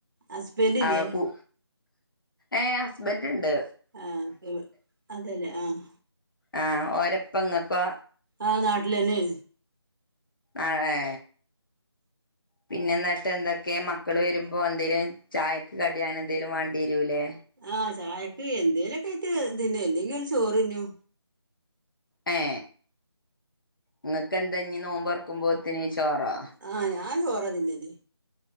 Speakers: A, on the right; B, on the left.
A: ഹുസ്ബൻഡിലെ
B: അവ കു ഏ ഹുസ്ബൻഡ് ഇൻഡ്
A: ആ അതല്ലേ അഹ്
B: അഹ് ഓരപ്പങ്ങക്കോ
A: ആ നാട്ടിലനേ
B: അ ഏ പിന്നെ എന്നായിട്ട് എന്തൊക്കെയ മക്കള് വരുമ്പോ എന്തേലും ചായക്കെ കടിയങ്ങൻ എന്തേലും വണ്ടി ലുലെ
A: ആഹ് ചായക്ക് എന്തേലൊക്കെ ആയിട്ട് തിന്നു എല്ലങ്കി ചോറിഞ്ഞു
B: ഏ നിങ്ങക്ക് എന്താ ഇ നോമ്പറക്കുമ്പോത്തിന് ചോറാ
A: ആഹ് ഞാൻ ചോറതിന്നല്